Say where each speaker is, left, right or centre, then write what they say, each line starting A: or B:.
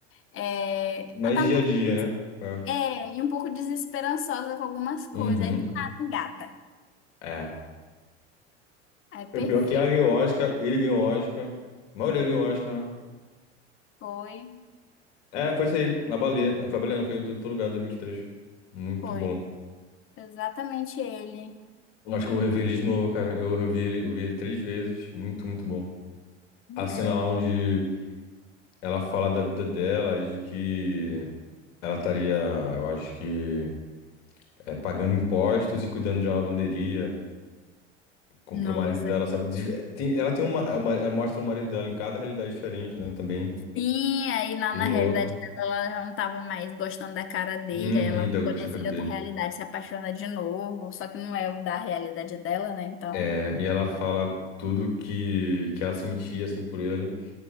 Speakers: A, on the left; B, on the left.
A: É,
B: Mas
A: ela tá
B: dia
A: um pouco.
B: a dia, né? É.
A: É, e um pouco desesperançosa com algumas coisas.
B: Uhum.
A: Aí do nada engata.
B: É.
A: Aí perfeito.
B: O pior é que ela ganhou Oscar, ele ganhou Oscar. A maioria ganhou Oscar. né?
A: Foi.
B: É, foi isso aí. A baleia. Foi a baleia, não, foi em todo lugar 2023. Muito
A: Foi
B: bom.
A: exatamente ele.
B: Acho que eu vou rever ele de novo, cara. Eu revi ele, eu vi ele três vezes. Muito, muito bom. A cena
A: É,
B: lá onde ela fala da vida dela e de que ela estaria, eu acho que, é, pagando impostos e cuidando de uma lavanderia. Comprou
A: nossa.
B: o marido dela, sabe? De- tem- ela tem uma, uma- Ela mostra o marido dela em cada realidade diferente, né? Também
A: Sim, aí na,
B: bem
A: na realidade
B: louco.
A: dela, ela já não tava mais gostando da cara dele,
B: Uhum,
A: aí ela
B: da Gostei,
A: conhece
B: cara dele.
A: outra realidade, se apaixona de novo, só que não é o da realidade dela, né? Então.
B: É, e ela fala tudo que, que ela sentia, assim, por ele.